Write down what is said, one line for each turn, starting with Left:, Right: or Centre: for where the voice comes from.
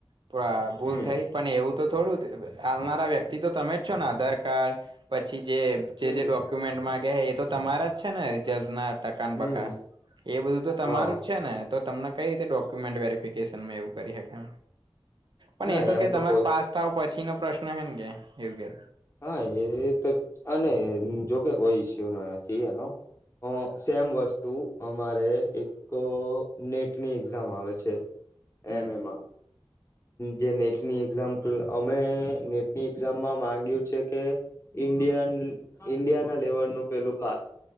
Right: પોરા ભૂલ
Left: હમ
Right: થઈ- પણ, એવું તો થોડું, આલનારા વ્યક્તિ તો તમેજ છો ને, આધાર કાર્ડ પછી જે- જે,
Left: હમ
Right: જે, ડોક્યુમેન્ટ માંગે હે, એ તો તમારા જ છે ને? રિજલ્ટ ના? ટકાન
Left: હમ
Right: બકા એ બધું તો તમારું
Left: હા
Right: જ છે ને? તો તમને કઈ રીતે, ડોક્યુમેન્ટ વેરિફિકેશનમાં એવું કરી શકાય એમ પણ
Left: ના
Right: એ તો
Left: એમ
Right: કે તમારે
Left: કોઈ
Right: પાસ થાવ પછી નો પ્રશ્ન હ ને કે એવું કે
Left: હા એ તો અને જોકે કોઈ ઈસ્યુ નથી એના અ સેમ વસ્તુ અમારે એક તો નેટની એક્ઝામ આવે છે
Right: હમ
Left: એમ એનામાં જે નેટની એક્ઝામ અમે નેટની એક્ઝામમાં માંગ્યું છે કે ઇન્ડયન ઇન્ડિયાના લેવલનું પેલું ક